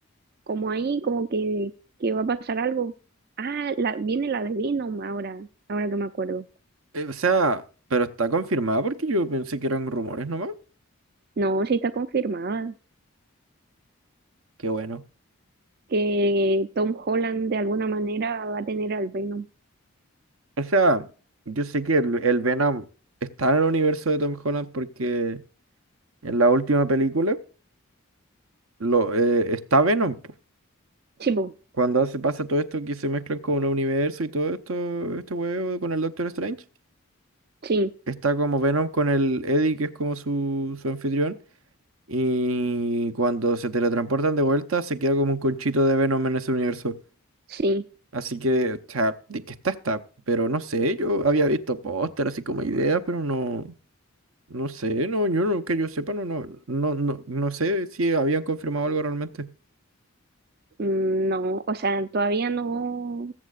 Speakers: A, on the right; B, on the right.
A: como ahí, como que, que va a pasar algo. Ah, la, viene la de Venom ahora, ahora que me acuerdo.
B: eh, O sea, pero está confirmada porque yo pensé que eran rumores nomás.
A: No, sí está confirmada
B: Qué bueno.
A: que Tom Holland de alguna manera va a tener al Venom.
B: O sea, yo sé que el, el Venom está en el universo de Tom Holland porque en la última película lo, eh, está Venom. po.
A: Sí, po,
B: Cuando hace, pasa todo esto que se mezclan con el universo y todo esto, este huevo con el Doctor Strange,
A: sí,
B: está como Venom con el Eddie, que es como su, su anfitrión, y cuando se teletransportan de vuelta, se queda como un conchito de Venom en ese universo.
A: sí.
B: Así que, o sea, de que está, está, pero no sé, yo había visto póster así como ideas, pero no, no sé, no, yo no, que yo sepa, no, no, no, no, no sé si habían confirmado algo realmente.
A: Mm, No, o sea, todavía no,